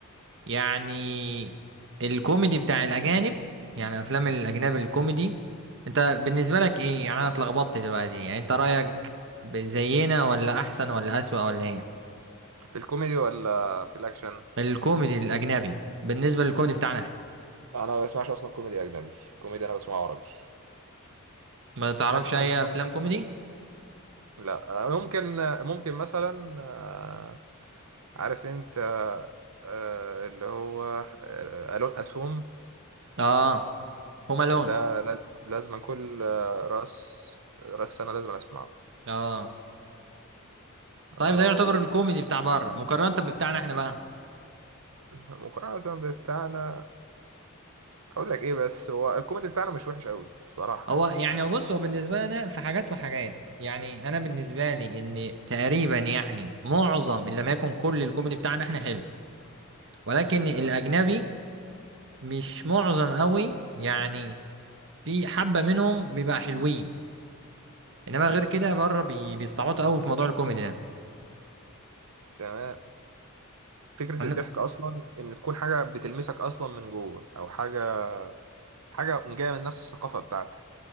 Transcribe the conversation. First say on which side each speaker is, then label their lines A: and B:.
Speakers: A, on the right; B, on the right.
A: يعني الكوميدي بتاع الأجانب يعني أفلام الأجنبي الكوميدي أنت بالنسبة لك إيه يعني أنا اتلخبطت دلوقتي يعني أنت رأيك ب- زينا ولا أحسن ولا أسوأ ولا إيه
B: في الكوميدي ولا في الاكشن
A: الكوميدي الأجنبي بالنسبة للكوميدي بتاعنا إحنا
B: انا ما بسمعش اصلا كوميدي اجنبي كوميدي انا بسمعه عربي
A: ما تعرفش
B: اكشن
A: أي أفلام كوميدي
B: لا آه، ممكن آه، ممكن مثلا آه، عارف انت آه، اللي هو آه، ألون أتوم
A: آه هوم ألون
B: ده اه لا- لازما كل آه، راس راس سنة لازم أسمعه
A: آه طيب
B: أو
A: ده يعتبر الكوميدي بتاع بره مقارنة ببتاعنا إحنا بقى
B: مقارنة بتاعنا أقول لك إيه بس هو الكوميدي بتاعنا مش وحش أوي الصراحة
A: هو
B: يعني
A: يعني بص هو بالنسبة لي أنا في حاجات وحاجات يعني أنا بالنسبة لي إن تقريبا يعني معظم إن لم يكن كل الكوميدي بتاعنا إحنا حلو ولكن الأجنبي
B: تمام
A: مش معظم قوي يعني في حبة منهم بيبقى حلوين إنما غير كده بره بي... بيستعبطوا قوي في موضوع الكوميدي ده
B: تمام فكرة
A: أنا...
B: الضحك أصلا إن تكون حاجة بتلمسك أصلا من جوه أو حاجة حاجة جاية من نفس الثقافة بتاعتك